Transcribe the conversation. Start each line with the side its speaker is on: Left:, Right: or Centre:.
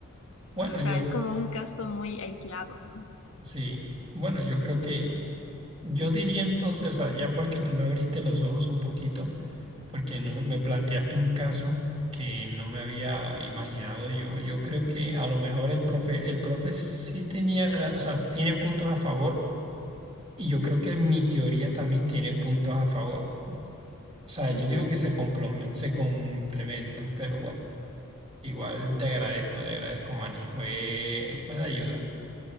Right: Bueno,
Left: Ajá,
Right: yo,
Left: es como un caso muy aislado, ¿no?
Right: sí. Bueno, yo creo que, yo diría entonces, o sea, ya porque tú me abriste los ojos un poquito, porque no me, me planteaste un caso que no me había imaginado yo, yo creo que a lo mejor el profe, el profe sí tenía, ra- o sea, tiene puntos a favor y yo creo que mi teoría también tiene puntos a favor. O sea,
Left: Ujú.
Right: yo digo que se complome- se complementan, pero bueno, igual te agradezco, te agradezco, Manny. Fue, fue de ayuda.